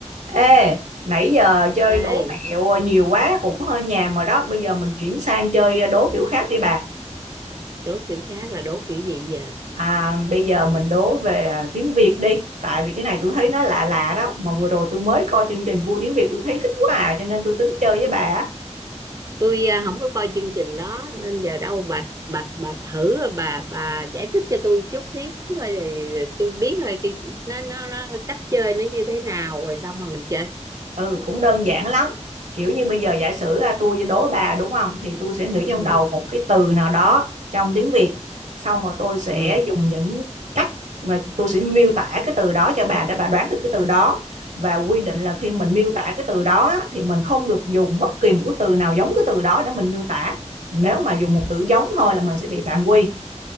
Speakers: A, on the right (about 80°); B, on the right (about 30°).
A: Ê, nãy giờ chơi
B: Ê,
A: đố mẹo nhiều quá cũng hơi nhàm rồi đó. Bây giờ mình chuyển sang chơi đố kiểu khác đi bà.
B: đố kiểu khác là đố kiểu gì giờ?
A: À, bây giờ
B: À,
A: mình đố về à, tiếng Việt đi. Tại vì cái này tôi thấy nó lạ lạ đó. Mà vừa rồi tôi mới coi chương trình Vui Tiếng Việt tôi thấy thích quá à. Cho nên tôi tính chơi với bà. á.
B: tôi à, không có coi chương trình đó nên giờ đâu bà bà bà thử bà bà giải thích cho tôi chút xíu thôi rồi rồi tôi biết thôi cái- nó nó nó cách chơi nó như thế nào rồi xong mà mình chơi.
A: Ừ cũng đơn giản lắm Kiểu như bây giờ giả sử à, tôi đố bà đúng không Thì tôi sẽ nghĩ trong
B: Ừ
A: đầu một cái từ nào đó Trong tiếng Việt Xong rồi tôi sẽ
B: ừ
A: dùng những cách Mà tôi sẽ miêu tả cái từ đó cho bà Để bà đoán được cái từ đó Và quy định là khi mình miêu tả cái từ đó á, Thì mình không được dùng bất kỳ một cái từ nào giống cái từ đó Để mình miêu tả Nếu mà dùng một từ giống thôi là mình sẽ bị phạm quy